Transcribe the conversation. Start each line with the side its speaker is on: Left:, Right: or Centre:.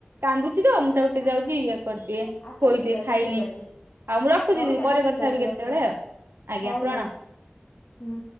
Right: କାନ୍ଦୁଚି ତ! ମୁଁ ତାକୁ ଟିକେ ଯାଉଚି, ଇଏ କରିଦିଏ,
Left: ଆଚ୍ଛା
Right: ଖୋଇଦିଏ,
Left: ଠିକ ଅଛି
Right: ଖାଇନି।
Left: ଠିକ ଅଛି
Right: ଆଉ ମୁଁ ରଖୁଛି
Left: ହଉ
Right: ଦିଦି,
Left: ତାହେଲେ
Right: ପରେ
Left: ଠିକ
Right: କଥା
Left: ଅଛି
Right: ହେବି କେତେ
Left: ରଖ।
Right: ବେଳେ ଆଉ। ଆଜ୍ଞା।
Left: ହଉ
Right: ପ୍ରଣା।
Left: ହଉ ହୁଁ